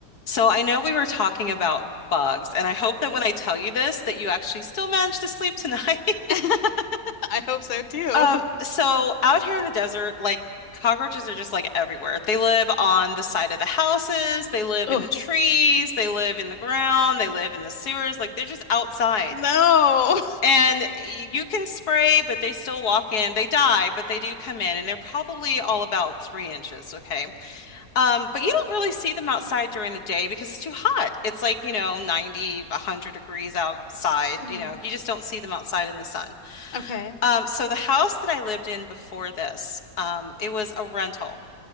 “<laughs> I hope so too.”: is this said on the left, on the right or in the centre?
Left